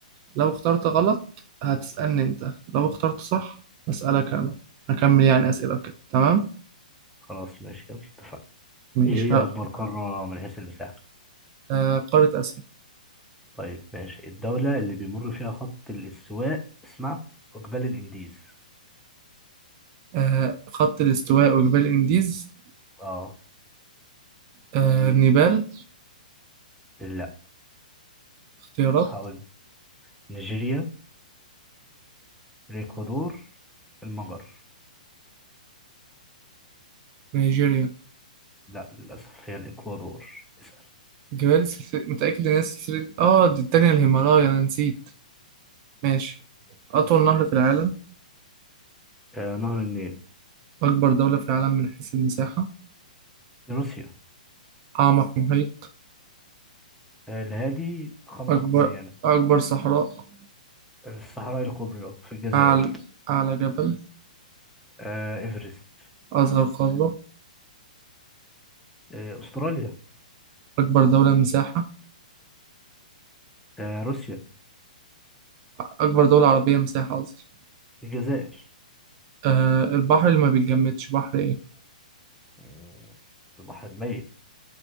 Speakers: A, on the right; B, in the centre.
A: لو اخترت غلط هتسألني انت لو اخترت صح هسألك انا هكمل يعني أسئلة كده تمام
B: خلاص ماشي يلا اتفقنا
A: ماشي
B: ايه هي
A: ه...
B: اكبر قاره من حيث المساحه
A: آه قارة آسيا
B: طيب ماشي الدوله اللي بيمر فيها خط الاستواء اسمع وجبال الانديز
A: آه خط الاستواء وجبال الانديز
B: اه
A: آه نيبال
B: لا
A: اختيارات
B: هقول نيجيريا الاكوادور المجر
A: نيجيريا
B: لا للأسف هي الإكوادور اسأل
A: جبال سلسلة متأكد ان هي سلسلة اه دي التانية الهيمالايا انا نسيت ماشي أطول نهر في العالم
B: آه نهر النيل
A: أكبر دولة في العالم من حيث المساحة
B: في روسيا
A: أعمق محيط
B: آه الهادي خندق
A: أكبر
B: ماريانا
A: أكبر صحراء
B: آه في الصحراء الكبرى في الجزائر
A: أعلى أعلى جبل
B: آه إيفرست
A: أصغر قارة
B: آه أستراليا
A: أكبر دولة مساحة
B: آه روسيا
A: أكبر دولة عربية مساحة قصدي
B: الجزائر
A: أه البحر اللي ما بيتجمدش بحر إيه
B: مم، البحر الميت